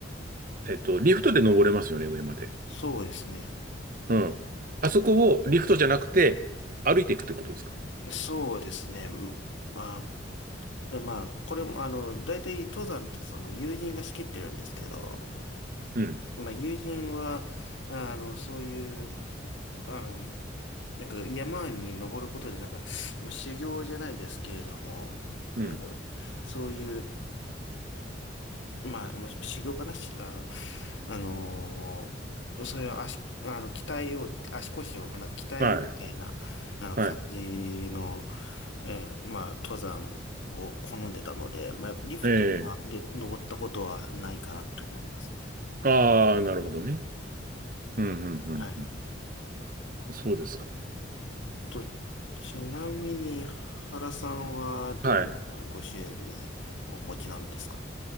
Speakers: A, on the right (about 45°); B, on the left (about 70°).
A: えっと、リフトで登れますよね、上まで。
B: そうですね。
A: うん。あそこをリフトじゃなくて、歩いていくってことですか
B: そうですね。まあ、まあ、これも、あの、大体登山ってその友人が仕切ってるんですけど、
A: うん、
B: まあ、友人は、あの、そういう、あの、なんか山に登ることで、なんか、まあ、修行じゃないですけれども、
A: うん。
B: なんか、そういう、まあ、まあ修行かなし、あ、あのーそれは足、あの、鍛えようって、足腰をなんか鍛えようみたいな、
A: はい、
B: あの、
A: はい。
B: 感じの、えーまあ、登山を好んでたので、まあ、リフトまで登ったことはないかなと思いますね。
A: ええああ、なるほどね。うん、うん、うん。
B: はい。
A: うんそうですか。
B: と、ちなみに、原さんはどのようなご趣味をお持ちなんですか
A: はい。